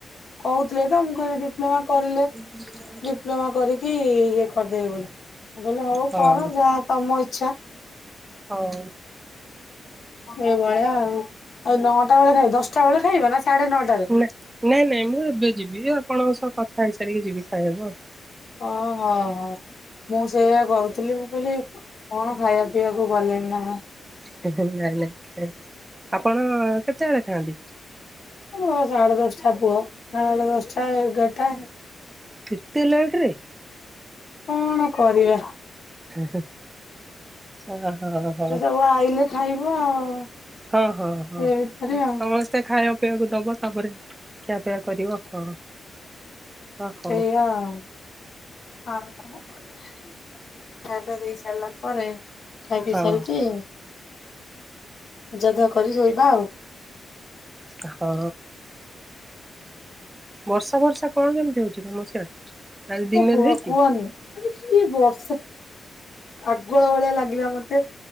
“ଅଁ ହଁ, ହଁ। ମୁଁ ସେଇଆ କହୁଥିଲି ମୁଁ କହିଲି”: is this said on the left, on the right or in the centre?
Left